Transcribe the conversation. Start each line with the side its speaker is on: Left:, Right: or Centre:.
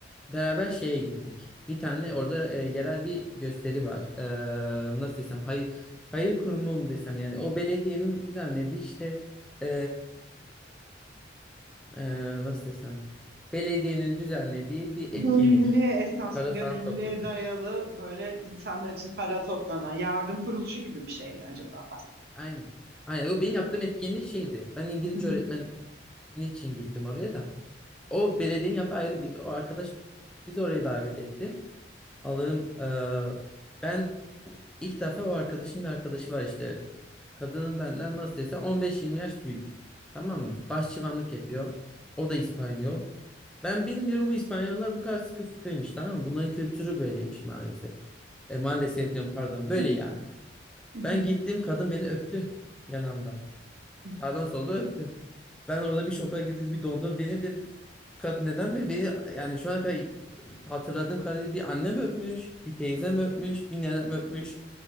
Centre: beraber şeye gittik. Bir tane orada e, yerel bir gösteri var. Ee, nasıl desem hayır hayır kurumu mu desem yani o belediyenin düzenlediği işte e, e, nasıl desem belediyenin düzenlediği bir etkinlik.
Right: Gönüllülüğe esas,
Centre: Para
Right: gönüllülüğe
Centre: falan topluyorlar.
Right: dayalı böyle insanlar için para toplanan yardım kuruluşu gibi bir şey mi acaba
Centre: Aynen. Aynen. O benim yaptığım etkinlik şeydi. Ben İngilizce
Right: bahsettim?
Centre: öğretmeni için gittim oraya da. O belediyenin yaptığı ayrı biz o arkadaş bizi oraya davet etti. Alırım. Eee, ben ilk defa o arkadaşım bir arkadaşı var işte. Kadının benden nasıl desem 15-20 yaş büyük. Tamam mı? Başçıvanlık yapıyor. O da İspanyol. Ben bilmiyorum bu İspanyollar bu kadar sıkı fıkıymış tamam mı? Bunların kültürü böyleymiş maalesef. E, maalesef diyorum pardon.
Right: <laughs>
Centre: Böyle yani.
Right: Hı hı,
Centre: Ben gittim kadın beni öptü yanamdan.
Right: hı,
Centre: Sağdan solda öptü. Ben orada bir şoka girdim, bir dondum. Beni dedim, kadın neden beni, beni yani şu ana kadar hatırladığım kadarıyla bir annem öpmüş, bir teyzem öpmüş, bir nenem öpmüş,